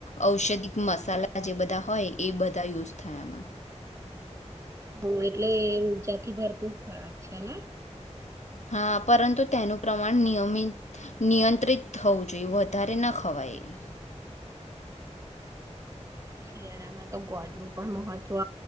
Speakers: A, on the left; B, on the right.
A: ઔષધિક મસાલા જે બધા હોય એ બધા યુઝ થયા
B: હ એટલે ઉર્જા થી ભરપૂર ખોરાક છેને
A: હા પરંતુ તેનું પ્રમાણ નિયમિત નિયંત્રિત થવું જોઈએ વધારે ના ખવાય
B: શિયાળામાં તો ગોળ નું પણ મહત્વ